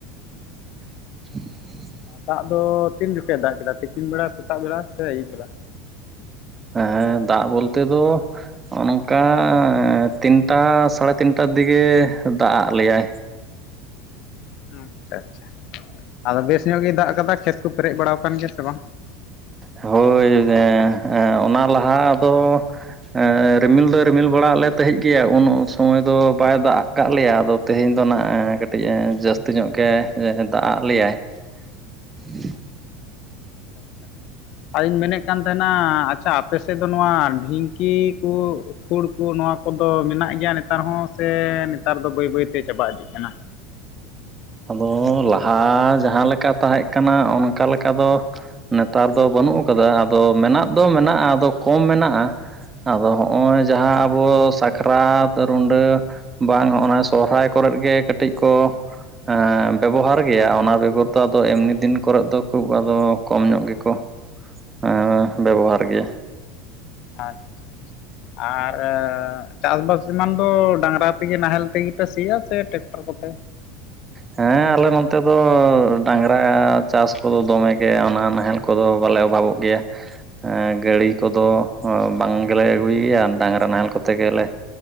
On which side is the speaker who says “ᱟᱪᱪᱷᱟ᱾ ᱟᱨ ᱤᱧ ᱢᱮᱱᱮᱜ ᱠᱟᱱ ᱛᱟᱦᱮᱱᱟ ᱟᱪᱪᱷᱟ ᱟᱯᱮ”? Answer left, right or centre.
Left